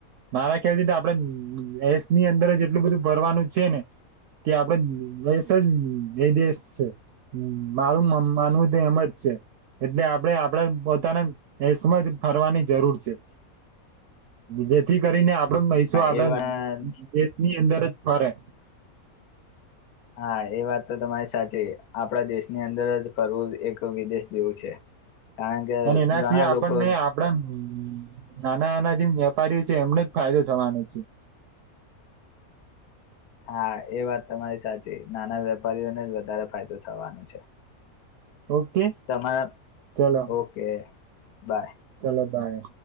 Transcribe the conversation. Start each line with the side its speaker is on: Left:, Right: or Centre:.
Right: મારા ખ્યાલથી તો આપડે દેશની અંદર જ એટલું બધું ફરવાનું છે ને કે આપ દેશ જ એ દેશ છે મારું માનવું તો એમજ છે એટલે આપડે આપડા પોતાના દેશમાં જ ફરવાની જરૂર છે જેથી કરીને આપ નહી
Left: હા
Right: સું આવે
Left: એ વાત
Right: દેશની અંદર જ ફરે
Left: હા એ વાત તો તમારી સાચી આપડા દેશની અંદર જ ફરવું એક વિદેશ જેવું છે કારણ કે
Right: અને એનાથી
Left: ઘણા
Right: આપણને
Left: લોકો
Right: આપડા નાના નાના જેમ વેપારીઓ છે એમને જ ફાયદો થવાનો છે
Left: હા એ વાત તમારી સાચી નાના વેપારીઓને જ વધારે ફાયદો થવાનો છે
Right: ઓકે
Left: તમા
Right: ચલો
Left: ઓકે બાય
Right: ચલો બાય